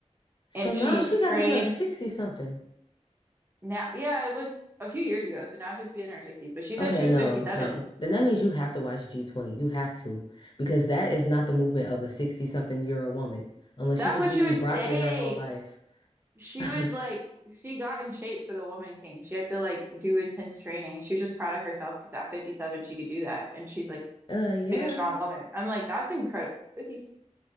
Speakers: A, on the left (about 40°); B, on the right (about 20°).
A: So
B: and
A: now
B: she
A: she got
B: trained
A: to be like 60 something.
B: Now, yeah, it was a few years ago, so now she's be in her 60s, but she
A: Okay,
B: said she was
A: no,
B: 57.
A: no. Then that means you have to watch G20. You have to because that is not the movement of a 60 something year old woman unless
B: That's
A: she just
B: what
A: be
B: she
A: eating
B: was
A: broccoli
B: saying.
A: her whole life.
B: She
A: <laughs>
B: was like, she got in shape for the Woman King. She had to like do intense training, and she was just proud of herself because at 57 she could do that, and she's like
A: Uh yeah.
B: being a strong woman. I'm like, that's incredible. 50,